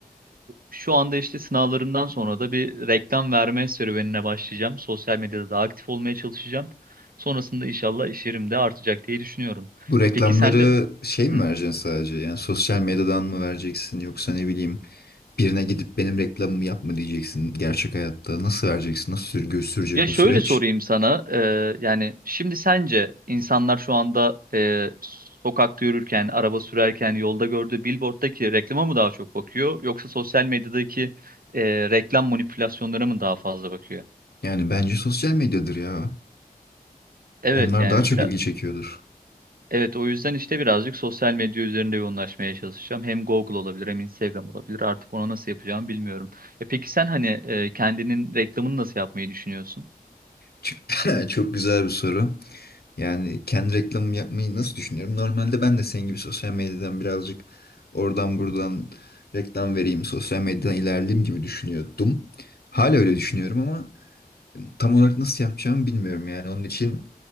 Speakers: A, on the right (about 65°); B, on the left (about 85°).
A: şu anda işte sınavlarımdan sonra da bir reklam verme serüvenine başlayacağım. Sosyal medyada da aktif olmaya çalışacağım. Sonrasında inşallah iş yerim de artacak diye düşünüyorum.
B: Bu reklamları
A: E peki sen de
B: şey mi
A: Hı.
B: vereceksin sadece? Yani sosyal medyadan mı vereceksin yoksa ne bileyim birine gidip benim reklamımı yapma diyeceksin gerçek hayatta. Nasıl vereceksin? Nasıl sür gösterecek
A: Ya
B: o
A: şöyle
B: süreç?
A: sorayım sana. e, yani şimdi sence insanlar şu anda e, sokakta yürürken, araba sürerken, yolda gördüğü billboard'daki reklama mı daha çok bakıyor yoksa sosyal medyadaki e, reklam manipülasyonlarına mı daha fazla bakıyor?
B: Yani bence sosyal medyadır ya.
A: Evet
B: Onlar
A: yani
B: daha çok
A: biraz
B: ilgi çekiyordur.
A: Evet o yüzden işte birazcık sosyal medya üzerinde yoğunlaşmaya çalışacağım. Hem Google olabilir hem Instagram olabilir. Artık ona nasıl yapacağımı bilmiyorum. E peki sen hani e, kendinin reklamını nasıl yapmayı düşünüyorsun?
B: Çok <laughs> çok güzel bir soru. Yani kendi reklamımı yapmayı nasıl düşünüyorum? Normalde ben de senin gibi sosyal medyadan birazcık oradan buradan reklam vereyim, sosyal medyadan ilerleyeyim gibi düşünüyordum. Hala öyle düşünüyorum ama tam olarak nasıl yapacağımı bilmiyorum yani. Onun için